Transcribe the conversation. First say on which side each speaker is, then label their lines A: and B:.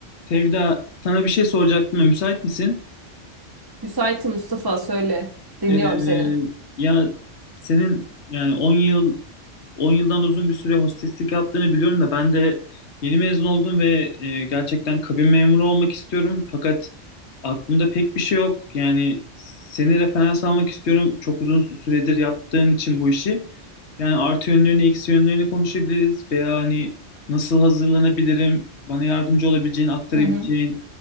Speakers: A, on the left; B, on the right.
A: Tevda sana bir şey soracaktım. Müsait misin?
B: Müsaitim Mustafa söyle. Dinliyorum
A: Ee,
B: seni.
A: ya senin yani 10 yıl 10 yıldan uzun bir süre hosteslik yaptığını biliyorum da ben de yeni mezun oldum ve e, gerçekten kabin memuru olmak istiyorum fakat aklımda pek bir şey yok. Yani seni referans almak istiyorum. Çok uzun süredir yaptığın için bu işi. Yani artı yönlerini, eksi yönlerini konuşabiliriz veya hani nasıl hazırlanabilirim, bana yardımcı olabileceğin, aktarabileceğin,
B: Hı hı.